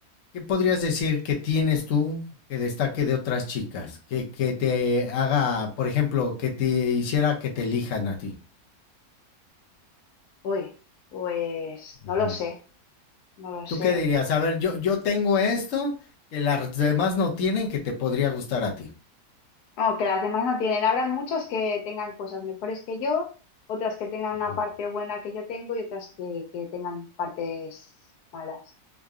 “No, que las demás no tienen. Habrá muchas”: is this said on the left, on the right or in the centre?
Left